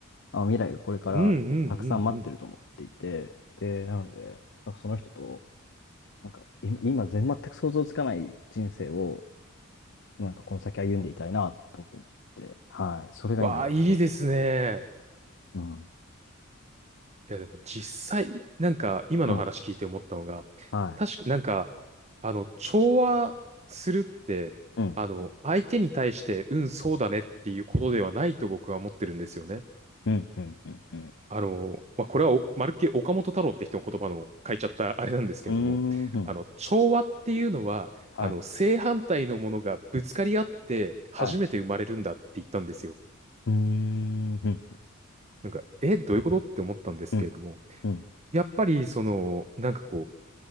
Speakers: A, on the left; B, on the right.
A: あ、未来がこれからたくさん待ってると思っていて、
B: うんうんうん。
A: で、なので、なんかその人と、なんかい今全全く想像つかない人生を、なんかこの先歩んでいたいなと思って、はい、それが今の目標です。
B: わあ、いいですね。
A: うん。う
B: いやでも実際、なんか今の話聞いて思ったのが、
A: ん。は
B: 確かなんか、あの、調和するって、
A: い。うん。
B: あの、相手に対して、うん、そうだねっていうことではないと僕は思ってるんですよね。
A: うん。うん。うん。うん。
B: あの、まあ、これはおまるっきり岡本太郎って人の言葉の書いちゃったあれなんですけれども、
A: うーん。
B: あの、調和っていうのは、
A: はい。
B: あの、正反対のものがぶつかり合って初めて生まれるんだって言ったんですよ。
A: はい。うーん。
B: なんか、え、どういうことって思ったんですけれども、
A: うん。うん。うん。
B: やっぱりその、なんかこう、